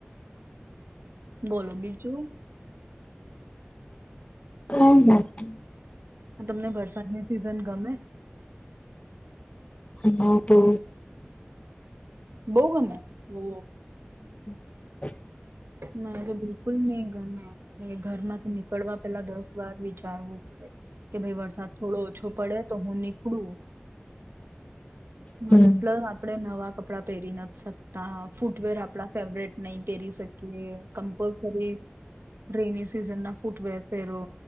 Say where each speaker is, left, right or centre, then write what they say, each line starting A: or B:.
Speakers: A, on the right; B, on the left.
A: બોલો બીજું?
B: કઈ નથી
A: તમને વરસાદની સિઝન ગમે?
B: હા તો.
A: બહુ ગમે? બો
B: <inaudible>
A: મને તો બિલકુલ નઈ ગમે. ઘર માંથી નીકળવા પેલા દસ વાર વિચારવું. કે ભાઈ વરસાદ થોડો ઓછો પડે તો હું નીકળું. હ
B: હમ્મ
A: ના પ્લસ આપણે નવા કપડા પહેરી નથી શકતા. ફૂટવેર આપડા ફેવરેટ નહી પેરી શકીએ, કમ્પલસરી રેની સીઝન ના ફૂટવેર પેરો.